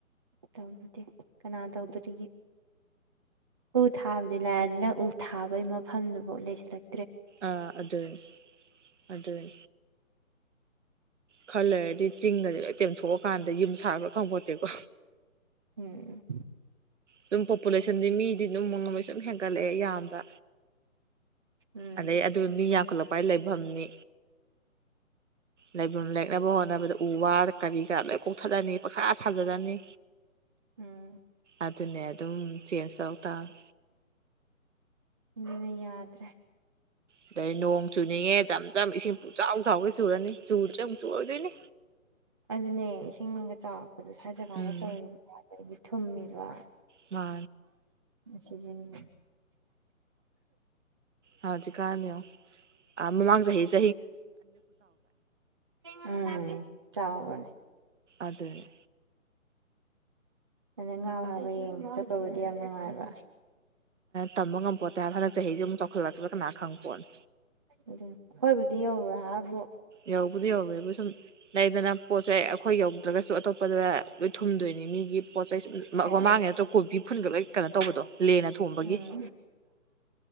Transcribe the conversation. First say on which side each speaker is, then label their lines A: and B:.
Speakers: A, on the right; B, on the right.
A: ꯇꯧꯔꯨꯗꯦ ꯀꯅꯥ ꯇꯧꯗꯣꯔꯤꯒꯦ ꯎ ꯊꯥꯕꯗꯤ ꯂꯥꯏꯗꯅ ꯎ ꯊꯥꯕꯒꯤ ꯃꯐꯝꯗꯨꯐꯥꯎ ꯂꯩꯁꯤꯜꯂꯛ
B: ꯑꯥ ꯑꯗꯨꯅꯤ ꯑꯗꯨꯅꯤ ꯈꯔꯂꯩꯔꯗꯤ ꯆꯤꯡꯒꯁꯦ ꯂꯣꯏ ꯇꯦꯝꯊꯣꯛꯑꯀꯥꯟꯗ ꯌꯨꯝ ꯁꯥꯕ꯭ꯔꯥ ꯈꯪꯄꯣꯠꯇꯦꯀꯣ
A: ꯎꯝ
B: ꯁꯨꯝ ꯄꯣꯄꯨꯂꯦꯁꯟꯗꯤ ꯃꯤꯗꯤ ꯑꯗꯨꯝ ꯅꯣꯡꯃꯩ ꯁꯨꯝ ꯍꯦꯟꯒꯠꯂꯛꯑꯦ ꯌꯥꯝꯕ
A: ꯎꯝ
B: ꯑꯗꯩ ꯑꯗꯨ ꯃꯤ ꯌꯥꯝꯈꯠꯂꯛꯄ ꯍꯥꯏꯕ ꯂꯩꯐꯝꯅꯤ ꯂꯩꯕꯝ ꯂꯩꯔꯛꯅꯕ ꯍꯣꯠꯅꯕꯗ ꯎ ꯋꯥ ꯀꯔꯤ ꯀꯔꯥ ꯂꯣꯏ ꯀꯣꯛꯊꯠꯂꯅꯤ ꯄꯪꯁꯥ ꯁꯥꯖꯟꯔꯅꯤ
A: ꯎꯝ
B: ꯑꯗꯨꯅꯦ ꯑꯗꯨꯝ ꯆꯦꯟꯖ ꯇꯧ ꯇꯕꯅꯦ
A: ꯑꯗꯨꯅ ꯌꯥꯗ꯭ꯔꯦ
B: ꯑꯗꯩ ꯅꯣꯡ ꯆꯨꯅꯤꯡꯉꯦ ꯖꯝ ꯖꯝ ꯏꯁꯤꯡ ꯄꯨꯆꯥꯎ ꯆꯥꯎꯒ ꯆꯨꯔꯅꯤ ꯆꯨꯗꯤ ꯑꯃꯨꯛ ꯆꯨꯔꯗꯣꯏꯅꯤ
A: ꯑꯗꯨꯅꯦ ꯏꯁꯤꯡꯒ ꯆꯥꯎꯔꯛꯄꯗꯣ ꯁ꯭ꯋꯥꯏ ꯖꯒꯥꯗ
B: ꯎꯝ
A: ꯇꯧꯔꯤꯕꯅꯦ ꯑꯗꯩꯗꯤ ꯊꯨꯝꯃꯤꯕ
B: ꯃꯥ
A: ꯉꯁꯤꯖꯅꯤꯡꯕ
B: ꯍꯖꯤ ꯀꯥꯅꯌꯦꯉꯣ ꯃꯃꯥꯡ ꯆꯍꯤꯁꯦ
A: ꯎꯝ ꯆꯥꯎꯕꯅꯦ
B: ꯑꯗꯨꯅꯦ
A: ꯑꯗ ꯉꯥꯎ ꯍꯥꯏꯕ ꯌꯦꯡꯕ ꯆꯠꯄꯕꯨꯗꯤ ꯌꯥꯝ ꯅꯨꯡꯉꯥꯏꯕ
B: ꯇꯝꯕ ꯉꯝꯄꯣꯠꯇ ꯍꯥꯏꯕ ꯍꯟꯛ ꯆꯍꯤꯁꯤꯁꯨ ꯑꯃꯨꯛ ꯆꯥꯎꯈꯠꯂꯛꯗ ꯀꯅꯥ ꯈꯪꯕ ꯄꯣꯠꯅꯤ
A: ꯑꯗꯨ ꯍꯣꯏꯕꯨꯗꯤ ꯌꯧꯔꯣꯏ ꯍꯥꯏꯕꯨ
B: ꯌꯧꯕꯨꯗꯤ ꯌꯧꯋꯦꯕꯨ ꯁꯨꯝ ꯂꯩꯗꯅ ꯄꯣꯠ ꯆꯩꯦ ꯑꯩꯈꯣꯏ ꯌꯧꯗ꯭ꯔꯒꯁꯨ ꯑꯇꯣꯞꯄꯗꯅꯦ ꯂꯣꯏ ꯊꯨꯝꯗꯣꯏꯅꯤ ꯃꯤꯒꯤ ꯄꯣꯠ ꯆꯩ ꯁꯒ
A: ꯍꯣꯏ
B: ꯃꯥꯡꯉꯦ ꯅꯠꯇ꯭ꯔꯣ ꯀꯣꯕꯤ ꯐꯨꯟꯒ ꯂꯣꯏ ꯀꯩꯅꯣ ꯇꯧꯕꯗꯣ ꯂꯦꯅ ꯊꯣꯡꯕꯒꯤ
A: ꯎꯝ